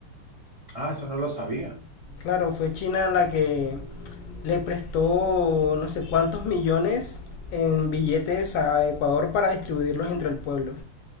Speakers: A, on the right (about 45°); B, on the left (about 75°).
A: Ah, eso no lo sabía.
B: Claro, fue China la que le prestó no sé cuántos millones en billetes a Ecuador para distribuirlos entre el pueblo.